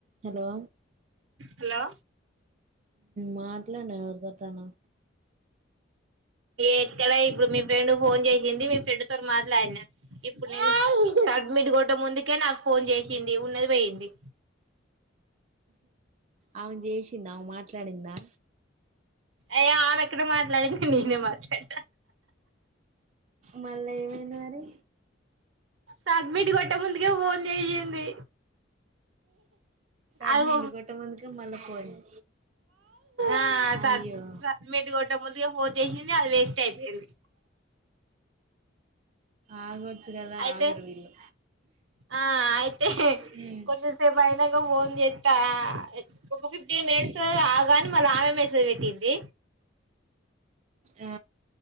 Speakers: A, on the right; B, on the right.
A: Hello
B: hello
A: మాట్లానే ఎవరితోటన
B: ఎక్కడ ఇప్పుడు మీ ఫ్రెండ్ ఫోన్ చేసింది మీ ఫ్రెండ్ తో మాట్లాడినా ఇప్పుడు నేను ముడిగట ముందుకే నాక్ ఫోన్ చేసి డింఉన్నది పోయింది.
A: ఆమె చేసిందా మాట్లాడిందా
B: అయ్యె ఆమె ఎక్కడ మాట్లాడింది నేనే మాట్లాడ
A: మల్ల ఏమన్నారి.
B: సబ్మిట్ కొట్టే ముందుకే ఫోన్ చేసింది.
A: సడ్మిట్
B: అది
A: కొట్టమందుకే మళ్ళా పోయింది
B: ఆ
A: అయ్యో
B: కట్ మటి కొట్టక ముందుగా ఫోన్ చేసింది. అని అది వేస్ట్ అయిపోయింది.
A: ఆగో చ్చుగదా
B: అయితే
A: ఆగరవీళ్లు
B: ఆ అయితే
A: మ్మ్
B: కొంచెం సేపు అయినాక ఫోన్ చెస్తా ఒక ఫిఫ్టీన్ మినిట్స్ ఆగాని మ మేసేజ్ పెట్టింది
A: ఆ